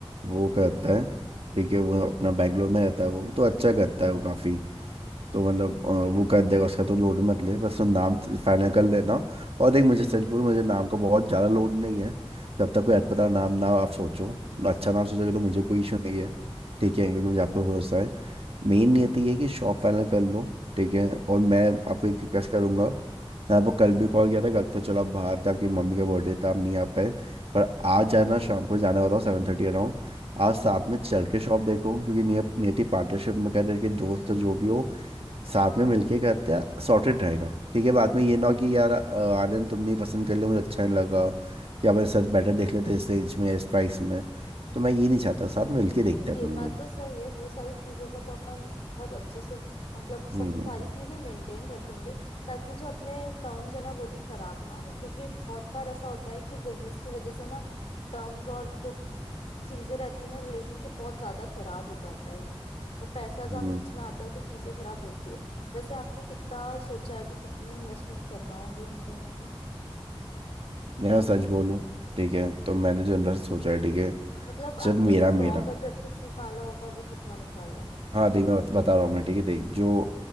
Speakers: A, on the left; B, on the right.
A: हम्म
B: वो करता है ठीक है वो अपना बैंगलोर में रहता है वो तो अच्छा
A: हम्म
B: करता है वो काफ़ी तो मतलब अ, वो कर देगा उसका तो लोड मत ले बस तुम नाम फाइनल कर लेना
A: हम्म
B: और देख मुझे सच बोलूं मुझे नाम का बहुत ज़्यादा लोड नहीं है जब तक कोई अटपटा नाम ना आप सोचो अच्छा
A: हम्म
B: नाम सोचोगे
A: हम्म
B: तो मुझे कोई इशू नहीं है ठीक है क्योंकि मुझे आप पे भरोसा है मेन नियति ये है कि शॉप फाइनल कर लो ठीक है
A: हम्म
B: और
A: हम्म हम्म
B: मैं आपको एक रिक्वेस्ट करूंगा मैं आपको कल भी कॉल किया था कल तो चलो आप बाहर थे आपकी मम्मी का बर्थडे था आप नहीं आ पाए पर आज जाना शाम को जाने वाला हूँ सेवन थर्टी अराउंड आज
A: हम्म
B: साथ
A: हम्म, हम्म,
B: में चल के शॉप देखो क्योंकि नियत नियति पार्टनरशिप में कर रहे हैं कि दोस्त तो जो भी हो
A: हम्म।
B: साथ में मिलके करते हैं सॉर्टेड रहेगा ठीक है बाद में ये ना हो कि यार अ, आनंद तुमने ही पसंद कर लिया मुझे अच्छा नहीं लगा या मैं सच बेटर देख लेते इस रेंज में इस
A: हम्म
B: प्राइस में तो मैं ये नहीं चाहता साथ में मिलके
A: नहीं
B: देखते हैं
A: ये
B: अपन
A: बात
B: लोग
A: तो सही है वो सारी चीजों का तो अपन बहुत अच्छे से मतलब सब
B: हम्म
A: सारी
B: हम्म
A: चीजें मेंटेन रखेंगे ताकि जो अपने टर्म्स है ना वो भी खराब ना हो क्योंकि बहुत बार ऐसा होता है कि बिजनेस की वजह से ना टर्म्स और जो चीजें रहती है ना रिलेशनशिप बहुत ज्यादा खराब हो जाता है यार वो पैसा जहाँ
B: हम्म।
A: बीच में आता है तो चीजें खराब होती है वैसे आपने कितना सोचा है अभी कितनी इन्वेस्टमेंट करना होगी हम दोनों को
B: यार सच बोलूं ठीक है
A: हम्म
B: तो मैंने जनरल सोचा है ठीक है
A: मतलब आपने
B: जब मेरा
A: जो रॉ
B: मेरा
A: बजट कुछ निकाला होगा वो कितना निकाला है
B: हाँ देख मैं बत- बता रहा हूँ मैं ठीक है देख जो